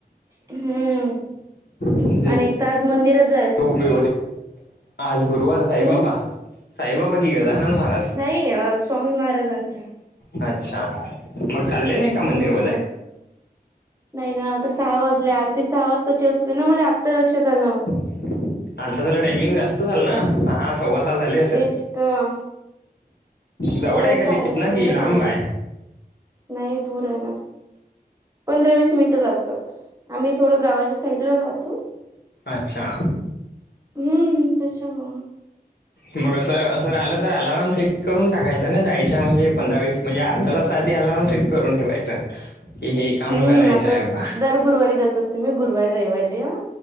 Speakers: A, on the right (about 20°); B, on the left (about 85°).
A: हम्म
B: खूप
A: आणि एक त आज मंदिरच जायच होतं
B: व्यवस्थित
A: मला
B: आज गुरुवार साई
A: हम्म
B: बाबा साई बाबा की गजानंद महाराज.
A: नाही स्वामी महाराजांच्या.
B: अच्छा मग चालले नाही का
A: हम्म.
B: मंदिर म्हदे?
A: नाही ना आता सहा वाजले आरती सहा वाजताची असते ना. मला आत्ता लक्षात आलं.
B: आता तर टाइमिंग जास्त झालं ना. सहा सव्वा आता झाली असेल
A: तेच तर
B: जवळ
A: अ
B: आहे का
A: सहाले
B: तिथंन
A: पाच
B: का
A: मिनिटं
B: लांब
A: कमी आहेत
B: आहे.
A: नाही दूर आहे ना. पंधरा वीस मिनिटं लागतात आम्ही थोडं गावाच्या साईडला राहतो.
B: अच्छा
A: हम्म त्याच्या मूळ
B: मग असं असं राहिलं तर अलारम सेट करून टाकायचा ना, जायच्या म्हणजे पंधरा वीस म्हणजे अर्था तास आधी आरार्म फिट करून ठेवायच की हे काम
A: हम्म
B: करायचं
A: आता
B: आहे बा
A: दर गुरुवारी जात असतेु मी गुरुवारी रविवारी.